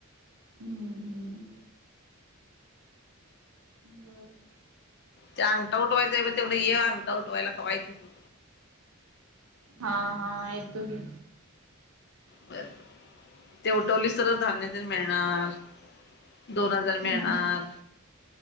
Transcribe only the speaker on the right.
हम्म हम्म. बर बर.
हा हा येतो घे.
हा